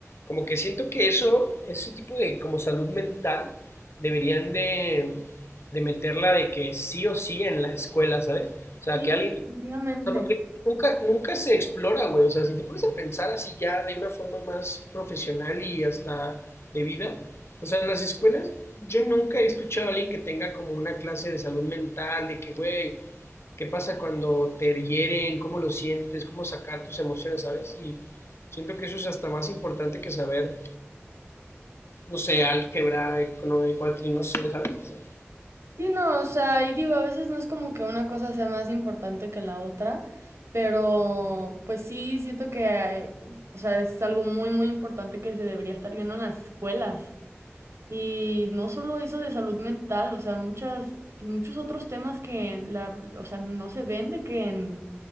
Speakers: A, on the left (about 70°); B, on the right (about 85°).
A: Como que siento que eso, ese tipo de como salud mental, deberían de, de meterla de que sí o sí en la escuela, ¿sabes? O sea,
B: sí,
A: que alguien
B: definitivamente.
A: o sea, porque nunca, nunca se explora, güey. O sea, si te pones a pensar así ya de una forma más profesional y hasta de vida, o sea, en las escuelas yo nunca he escuchado a alguien que tenga como una clase de salud mental, de que, güey, ¿qué pasa cuando te hieren? ¿Cómo lo sientes? ¿Cómo sacar tus emociones, sabes? Y siento que eso es hasta más importante que saber, no sé, álgebra, economía, cuatrino, no sé, ¿sabes? O sea,
B: Sí, no, o sea, y digo, a veces no es como que una cosa sea más importante que la otra, pero pues sí, siento que, eh, o sea, es algo muy, muy importante que se debería estar viendo en las escuelas. Y no solo eso de salud mental, o sea, muchas, muchos otros temas que la, o sea, no se ven de que en,